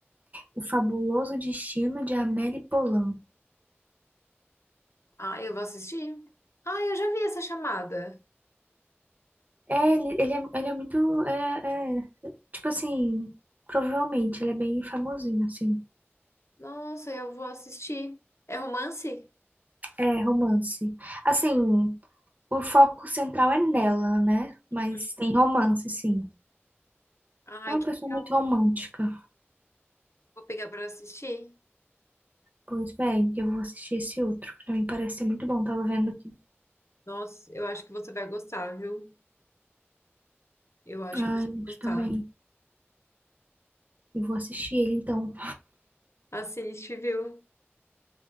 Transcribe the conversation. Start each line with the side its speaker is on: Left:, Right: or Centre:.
Right: O Fabuloso Destino de Amélie Poulain.
Left: Ah, eu vou assistir. Ah, eu já vi essa chamada.
Right: É, ele, ele é, ele é muito, é, é, tipo assim, provavelmente, ele é bem famosinho, assim.
Left: Nossa, eu vou assistir. É romance?
Right: É, romance. Assim, O foco central é nela, né? Mas
Left: Uhum.
Right: tem romance, sim.
Left: Ai,
Right: É uma
Left: que
Right: pessoa
Left: legal.
Right: muito romântica.
Left: Vou pegar pra assistir.
Right: Pois bem, eu vou assistir esse outro, que também parece ser muito bom. Tava vendo aqui.
Left: Nossa, eu acho que você vai gostar, viu? Eu acho
Right: Ai,
Left: que você vai gostar.
Right: acho também. Eu vou assistir ele, então.
Left: Assiste, viu?